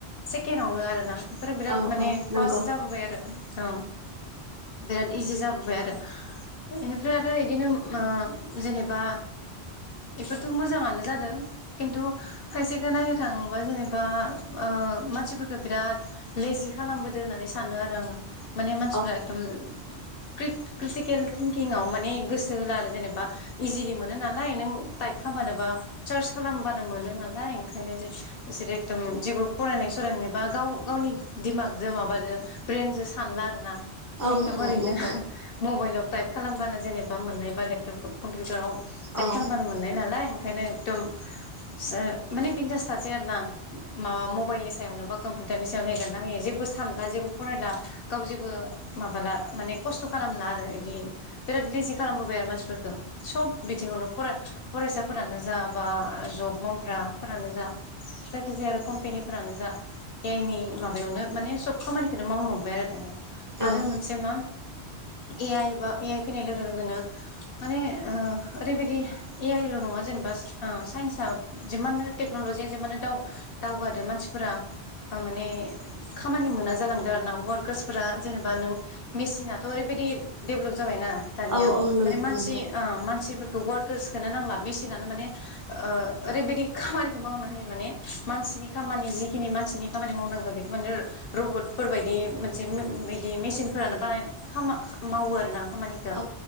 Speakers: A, on the left (about 65°); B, on the right (about 20°).
A: सेकेणडआवनो आरो ना बेफोरो बिराद
B: औ
A: माने
B: औ
A: फास्ट
B: नंगौ
A: जाबोबाय आरो। औ बिराद इजि जाबोबाय आरो बेनिफ्राय आरो बिदिनो ओ जेनेबा इफोरथ' मोजाङानो जादों खिन्थु खायसेखो नायनो थाङोबा जेनेबा ओ मानसिफोरखौ बिराद लेजि खालामबोदों होननानै सानो आरो आङो माने मानसिफोरा
B: औ
A: एकदम क्रि क्रिटिकेल थिंकिंआव माने गोसो सो होला आरो जेनेबा इजिलि मोनो नालाय नों टाइप खालामबानोबा सार्च खालामबानो मोनो नालाय ओंखायनो जों बिसोरो एखदम जेबो फरायनाय सरायनानैबा गाव गावनि दिमागजों माबाजों ब्रेनजों सानला आरो ना। एखदम
B: औ औ
A: ओरैनो
B: नंगौ
A: मबाइलाव थाइप खालामबानो जेनेबा माबा मोननाय बा लेपटपखौ कम्पिउटाराव थाइप
B: औ
A: खालामबानो मोननाय नालाय ओंखायनो एकदम एसे माने बिन्दास थासै आरो ना। माबा मबाइलनि सायावनो बा कमपिउटारनि सायावनो हेगारना होयो जेबो सानला जेबो फरायला गाव जेबो माबाला माने खस्थ' खालामला आरो इदि बिराद लिजि खालामबोबाय आरो मानसिफोरखौ। स'ब बिथिङावनो फराय फरायसाफोरानो जा बा जब मावग्राफोरानो जा जायखिजाया आरो कम्पेनिफोरानो जा ए आइनि माबायावनो माने सब खामानिखौनो मावनो हमबाय आरो दानिया आरो
B: औ
A: मोनसे मा ए आइ बा ए आइ फैनाय लोगो लोगोनो माने ओ ओरैबायदि ए आइल' नङा जेनेबा साइन्सआ जिमाननो टेक्न'लजिया जिमानो दावगादो मानसिफोरा माने खामानि मोना जालांदों आरो ना वारकार्सफोरा जेनेबा नों मेसिनफोराथ' ओरैबायदि देभलप जाबायना दानिया
B: औ औ नंगौ
A: माने मानसि
B: नंगौ
A: ओ मान मानसिफोरखौ वारकार्सखौनो नांला मेसिनानो माने ओ ओरैबायदि खामानिखौ मावनो हायो माने मानसिनि खामानि जिखिनि मानसिनि खामानि मावनांगौ बेखौ माने रबटफोर बायदि मोनसे मिम-बिदि मेसिनफोरानो बानाय खामा-मावो आरो ना खामानिखौ।
B: औ